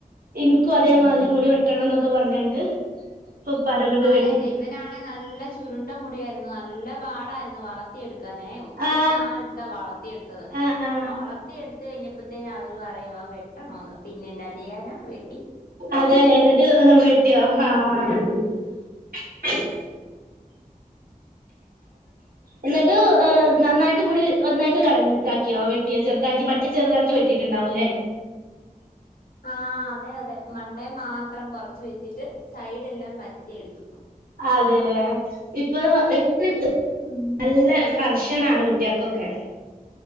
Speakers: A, on the right; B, on the left.
A: നിക്കും അതേമാതിരി
B: ഉം
A: മുടി വെട്ടണം എന്നൊക്കെ പറഞ്. <unintelligible> ഇപ്പ ഇപ്പനകൊണ്ട്
B: അതെ
A: വേ
B: ഇവനാണെ നല്ല ചുരുണ്ട മുടിയായിരുന്നു നല്ല പാടായിരുന്നു വളർത്തിയെടു ക്കാനെ ഒത്തിരി
A: ആ
B: നാള എടുത്താ വളർത്തിയ എടുത്തത്
A: ആ ആ
B: വളർത്തിയ എടുത്ത് എടുത്ത് കഴിഞ്ഞപ്പോഴത്തേ അവര് പറയുവാ വെട്ടണോന്ന് പിന്നെ എന്നാ ചെയ്യാനാ വെ
A: അതെല്ലെ എന്നിട്ട് ട്ടിയോ ഹ <unintelligible> എന്നിട്ട് നന്നായിട്ട് മുടി- ഒന്നായിട്ട് കളഞ്ഞിതാക്കിയോ വെട്ടിയോ ചെറുതാക്കി പറ്റി ചെറുതാക്കി വെട്ടിയിട്ടുണ്ടാവൂല്ലേ?
B: ആഹ് അതെ അതെ. മണ്ടെ മാത്രം കൊറച്ച് വെച്ചിട്ട്, സൈഡെല്ലാം പറ്റി എടുത്തു.
A: അതെല്ലേ ഇപ്പൊ ഇപ്പ
B: ഉം
A: നല്ല കർശനാണ് കുട്ടികക്കൊക്കെ